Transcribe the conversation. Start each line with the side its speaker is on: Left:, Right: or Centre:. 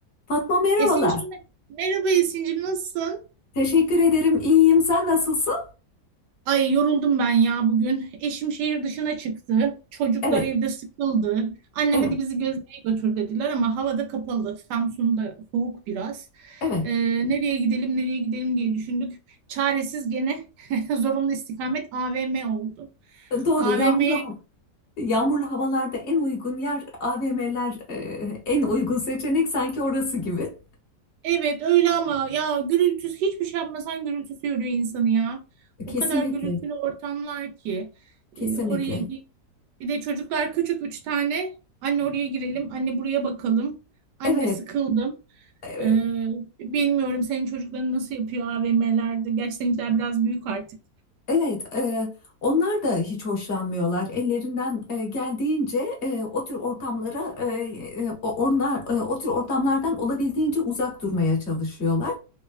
Left: Fatma merhabalar.
Right: Esin'cim mer- merhaba Esin'cim nasılsın?
Left: Teşekkür ederim. İyiyim. Sen nasılsın?
Right: Ay yoruldum ben ya bugün. Eşim şehir dışına çıktı. Çocuklar
Left: Evet,
Right: evde sıkıldı. Anne
Left: evet,
Right: hadi bizi gezmeye götür dediler ama havada kapalı. Samsun'da soğuk biraz.
Left: evet.
Right: Ee, nereye gidelim nereye gidelim diye düşündük. Çaresiz gene <laughs> zorunlu istikamet AVM oldu.
Left: Doğru.
Right: AVM'ye
Left: Yağmurlu hava. Yağmurlu havalarda en uygun yer AVM'ler, e, en uygun seçenek sanki orası gibi.
Right: evet öyle ama ya gürültüsü hiçbir şey yapmasan gürültüsü yoruyor insanı ya. O
Left: Kesinlikle,
Right: kadar gürültülü ortamlar ki.
Left: kesinlikle.
Right: E, oraya gi- Bir de çocuklar küçük üç tane. Anne oraya girelim, anne buraya bakalım. Anne
Left: Evet,
Right: sıkıldım.
Left: evet,
Right: Ee, bilmiyorum senin çocukların nasıl yapıyor AVM'lerde. Gerçi seninkiler biraz büyük artık.
Left: evet. e, onlar da hiç hoşlanmıyorlar. Ellerinden e, geldiğince e, o tür ortamlara, e, e, o- onlar e, o tür ortamlardan olabildiğince uzak durmaya çalışıyorlar.